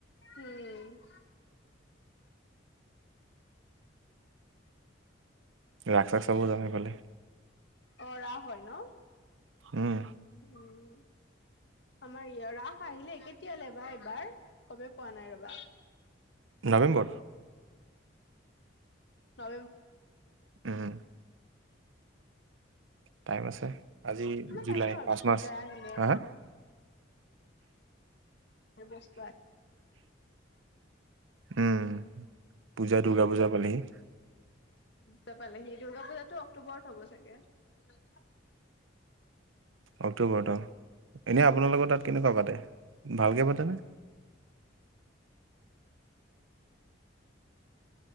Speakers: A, on the left; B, on the right.
A: <inaudible>
B: ৰাস চাখ চব যাম ইফোলে
A: অ', ৰাস হয় ন
B: উম
A: উম আমাৰ ই ৰাস আহিলে কেতিয়ালৈবা এবাৰ কব পোৱা নাই ৰবা
B: নৱেম্বৰ
A: নৱে
B: উম টাইম আছে আজি জুলাই
A: টাইম
B: পাঁচ
A: পূজা
B: মাহ আছে
A: আহিলে
B: হা
A: <unintelligible>
B: উম পূজা দুূৰ্গা পূজা পালিহি
A: উম পালে সি দুৰ্গা পূজাতটো অক্টোবৰত হ'ব চাগে <inaudible>
B: অক্টোবৰত অ', এনে আপোনালোকৰ তাত কেনেকুৱা পাতে ভালকৈ পাতেনে